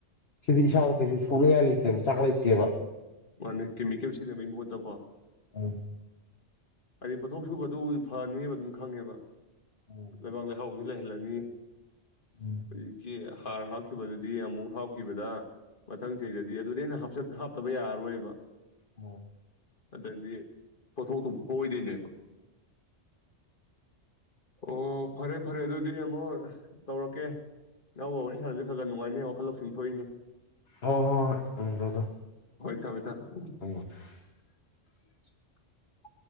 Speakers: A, on the left (about 60°); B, on the left (about 45°).
A: ꯁꯤꯗꯤ ꯀꯩꯁꯨ ꯁꯨꯅꯤꯌꯥ ꯂꯩ ꯏꯇꯦ ꯆꯥꯡꯂ ꯏꯇꯦꯕ
B: ꯃꯥꯅ ꯀꯦꯃꯤꯀꯦꯜ ꯁꯤꯖꯤꯟꯅꯕꯒꯤ ꯃꯍꯨꯠꯇꯀꯣ
A: ꯎꯝ
B: ꯍꯥꯏꯗꯤ ꯄꯣꯠꯊꯣꯛ ꯁꯨꯕꯗꯨ ꯐꯅꯦꯕ ꯑꯗꯨꯝ ꯈꯪꯉꯦꯕ
A: ꯎꯝ
B: ꯂꯩꯕꯥꯡ ꯂꯩ ꯍꯥꯎꯒꯦ ꯂꯩꯍꯜꯂꯥꯅꯤ
A: ꯎꯝ
B: ꯔꯤꯀꯤ ꯍꯥꯔ ꯍꯥꯞꯈꯤꯕꯗꯨꯗꯤ ꯑꯃꯨꯛ ꯍꯥꯥꯞꯈꯤꯕꯗ ꯃꯊꯪ ꯆꯍꯤꯗꯗꯤ ꯑꯗꯨꯗꯩꯅ ꯍꯥꯞꯆꯠ ꯍꯥꯞꯇꯕ ꯌꯥꯔꯔꯣꯏꯕ
A: ꯑꯣ
B: ꯑꯗꯩꯗꯤ ꯄꯣꯊꯣꯛꯇꯨꯝ ꯑꯣꯏꯗꯩꯅꯦꯕ ꯑꯣ ꯐꯔꯦ ꯐꯔꯦ ꯑꯗꯨꯗꯤ ꯑꯃꯨꯛ ꯇꯧꯔꯛꯀꯦ ꯏꯅꯥꯎꯕ ꯋꯥꯔꯤ ꯁꯥꯟꯅꯁꯦ ꯈꯔ ꯈꯔ ꯅꯨꯡꯉꯥꯏꯅꯤ ꯋꯥꯈꯜ ꯂꯧꯁꯤꯡ ꯊꯣꯛꯏꯅꯦ
A: ꯑꯣ ꯍꯣ ꯍ ꯗꯨ
B: ꯊꯃꯦ ꯊꯃꯦ
A: <inaudible>
B: <inaudible>